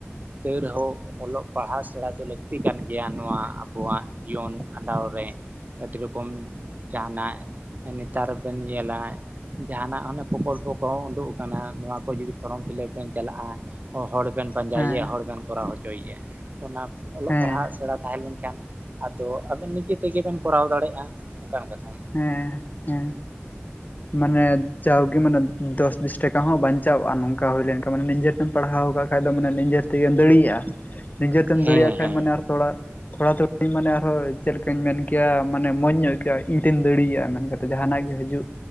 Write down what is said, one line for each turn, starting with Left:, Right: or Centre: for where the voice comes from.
Right: ᱛᱟᱹᱭ ᱨᱮᱦᱚᱸ ᱚᱞᱚᱜ ᱯᱟᱲᱦᱟᱣ ᱥᱮᱬᱟ ᱫᱚ ᱞᱟᱹᱠᱛᱤ ᱠᱟᱱ ᱜᱮᱭᱟ ᱱᱚᱣᱟ ᱟᱵᱚᱣᱟᱜ ᱡᱤᱭᱚᱱ ᱠᱷᱟᱸᱰᱟᱣ ᱨᱮ ᱟᱹᱰᱤ ᱨᱚᱠᱚᱢ ᱡᱟᱦᱟᱱᱟᱜ ᱱᱮᱛᱟᱨ ᱵᱮᱱ ᱧᱮᱞᱟ ᱡᱟᱦᱟᱱᱟᱜ ᱚᱱᱮ ᱯᱨᱚᱠᱚᱞᱯᱚ ᱠᱚ ᱳᱸᱰᱚᱜ ᱟᱠᱟᱱᱟ ᱱᱚᱣᱟ ᱠᱚ ᱡᱩᱫᱤ ᱯᱷᱚᱨᱚᱢ ᱯᱷᱤᱞᱟᱯ ᱮᱢ ᱪᱟᱞᱟᱜᱼᱟ ᱦᱚᱲ ᱵᱮᱱ ᱯᱟᱸᱡᱟᱭᱮᱭᱟ
Left: ᱦᱮᱸ
Right: ᱦᱚᱲ ᱵᱮᱱ ᱠᱚᱨᱟᱣ ᱦᱚᱪᱚᱭᱮᱭᱟ ᱚᱱᱟ ᱚᱞᱚᱜ
Left: ᱦᱮᱸ ᱦᱮᱸ
Right: ᱯᱟᱲᱦᱟᱜ ᱥᱮᱬᱟ ᱛᱟᱦᱮᱸ ᱞᱮᱱᱠᱷᱟᱱ ᱟᱫᱚ ᱟᱵᱮᱱ ᱱᱤᱡᱮ ᱛᱮᱜᱮ ᱵᱮᱱ ᱠᱚᱨᱟᱣ ᱫᱟᱲᱮᱭᱟᱜᱼᱟ ᱚᱱᱠᱟᱱ ᱠᱟᱛᱷᱟ
Left: ᱦᱮᱸ ᱦᱮᱸ ᱢᱟᱱᱮ ᱡᱟᱣᱜᱮ ᱢᱟᱱᱮ ᱫᱚᱥ ᱵᱤᱥ ᱴᱟᱠᱟ ᱦᱚᱸ ᱵᱟᱧᱪᱟᱣᱚᱜᱼᱟ ᱱᱚᱝᱠᱟ ᱦᱩᱭ ᱞᱮᱱᱠᱷᱟᱱ ᱢᱟᱱᱮ ᱱᱤᱡᱮᱨ ᱮᱢ ᱯᱟᱲᱦᱟᱣ ᱠᱷᱟᱡ ᱫᱚ ᱢᱟᱱᱮ ᱱᱤᱡᱮᱨ ᱛᱮᱜᱮᱢ ᱫᱟᱲᱮᱭᱟᱜᱼᱟ
Right: <inaudible>
Left: ᱱᱤᱡᱮ ᱛᱮᱢ
Right: ᱦᱮᱸ
Left: ᱫᱟᱲᱮᱭᱟᱜ ᱠᱷᱟᱱ
Right: ᱦᱮᱸ
Left: ᱢᱟᱱᱮ ᱟᱨ ᱛᱷᱚᱲᱟ ᱛᱷᱚᱲᱟ ᱛᱷᱚᱲᱤ ᱢᱟᱱᱮ ᱟᱨᱦᱚᱸ ᱪᱮᱫ ᱞᱮᱠᱟᱧ ᱢᱮᱱ ᱠᱮᱭᱟ ᱢᱟᱱᱮ ᱢᱚᱸᱡᱽ ᱧᱚᱜ ᱟᱹᱭᱠᱮᱼᱟ ᱤᱧ ᱛᱤᱧ ᱫᱟᱲᱮᱭᱟᱜᱼᱟ ᱢᱟᱱᱮ ᱠᱟᱛᱮ ᱡᱟᱦᱟᱸᱱᱟᱜ ᱜᱮ ᱦᱤᱡᱩᱜ